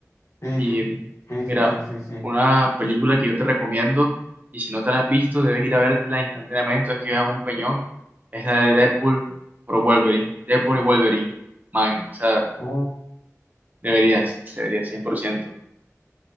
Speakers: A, on the left (about 70°); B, on the right (about 35°).
A: Sí,
B: Y
A: sí,
B: mm,
A: sí,
B: mira,
A: sí, sí, sí, sí.
B: una película que yo te recomiendo, y si no te la has visto, debes ir a vértela instantáneamente, es que veas un peñón, es la de Deadpool por Wolverine, Deadpool y Wolverine, man, o sea,
A: Uh,
B: deberías, deberías, 100%